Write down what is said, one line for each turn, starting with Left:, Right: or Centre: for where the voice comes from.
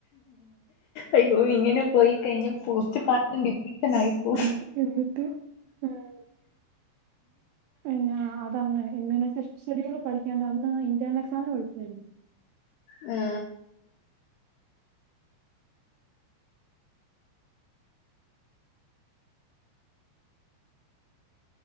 Left: അയ്യോ ഇങ്ങനെ പോയി കഴിഞ് പോസ്ച്ച് പാം ഡിപ്രഷൻ ആയി പോ
Right: ആഹ് എന്നിട്ട് ആഹ് പിന്നെ അതങ്ങനെ ഇ്യൂനൈസേഷ സ്റ്റഡികൾ പഠിക്കാണ്ട് അന്ന് ഇന്റേർണൽ എക്സാമിന് പഠിച്ചതല്ലേ
Left: ആ